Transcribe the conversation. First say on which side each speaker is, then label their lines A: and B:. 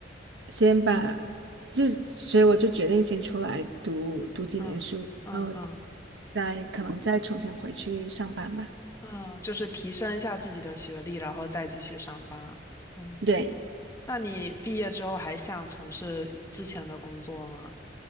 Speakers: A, on the right; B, on the left.
A: 先把，就所以我就决定先出来读读几年书，
B: 嗯嗯嗯
A: 然后再可能再重新回去上班吧。
B: 嗯，就是提升一下自己的学历，然后再继续上班。嗯。
A: 对，
B: 那你毕业之后还想从事之前的工作吗？